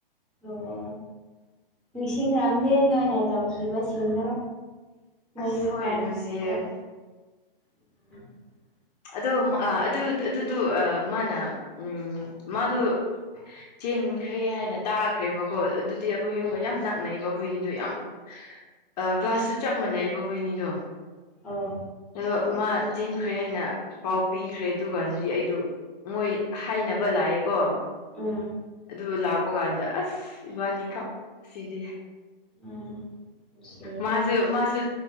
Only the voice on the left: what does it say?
ꯑꯁ
ꯍꯣꯏ
ꯅꯨꯡꯁꯤꯌꯦ
ꯑꯗꯨ ꯑꯥ ꯑꯗꯨ ꯑꯗꯨꯗꯨ ꯑ ꯃꯥꯅ ꯎꯝ ꯃꯥꯗꯨ ꯆꯦꯟꯈ꯭ꯔꯦ ꯍꯥꯏꯅ ꯇꯥꯈ꯭ꯔꯦꯕꯀꯣ ꯑꯗꯨꯗꯤ ꯑꯩꯈꯣꯏ
ꯌꯨꯝꯒ ꯌꯥꯝ ꯅꯛꯅꯩꯕ ꯑꯩꯈꯣꯏꯅꯤꯗꯣ ꯌꯥꯝ ꯑ ꯀ꯭ꯂꯥꯁꯁꯨ
ꯆꯞ ꯃꯥꯟꯅꯩꯕ ꯑꯩꯈꯣꯏꯅꯤꯗꯣ
ꯑꯗꯣ ꯃꯥ ꯆꯦꯟꯈ꯭ꯔꯦ ꯍꯥꯏꯅ ꯄꯥꯎ ꯄꯤꯈ꯭ꯔꯦ ꯑꯗꯨꯒꯥꯟꯗꯗꯤ ꯑꯩꯗꯨ ꯃꯣꯏ ꯍꯥꯏꯅꯕ ꯂꯥꯛꯑꯦꯀꯣ
ꯑꯗꯨꯒ ꯂꯥꯛꯄ ꯀꯥꯟꯗ ꯑꯁ ꯏꯕꯥꯅꯤ ꯀꯞ ꯁꯤꯗꯤ
ꯃꯥꯁꯨ ꯃꯥꯁꯨ